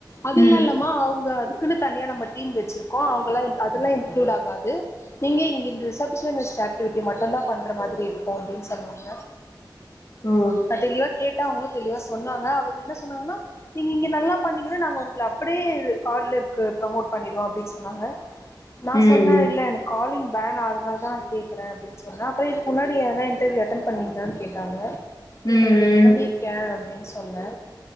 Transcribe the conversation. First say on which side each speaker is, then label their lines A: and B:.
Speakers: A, on the left; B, on the left.
A: அதுலா
B: ம்
A: இல்லாமா அவுங்க அதுக்குன்னு தனியா நம்ம டீம் வெச்சிருக்கோ அவுங்களா அதெல்லா இன்க்ளூட் ஆகாது நீங்க இங்க இந்த ரிசெப்ஷனிஸ்ட் ஆக்டிவிட்டி மட்டுந்தா பண்ற மாதிரி இருக்கு அப்டின் சொன்னாங்க
B: ஓ
A: நா தெளிவா கேட்ட அவுங்களு தெளிவா சொன்னாங்க அவரு என்ன சொன்னாங்கன்னா நீங்க இங்க நல்லா பண்ணீங்கன்னா நாங்க உங்கள அப்டியே கார்லருக்கு ப்ரமோட் பண்ணிடுவோ அப்டின் சொன்னாங்க நா
B: ம்
A: சொன்ன இல்ல எனக் காலிங் வேனா அதனால தா அப்டி இக்கறே அப்டின் சொன்ன அப்புறோ இதுக்கு முன்னாடி எதுனா இன்டர்வியூ அட்டெண்ட் பண்ணிங்களான் கேட்டாங்க
B: ம் ம்
A: இக்கே அப்டின் சொன்னே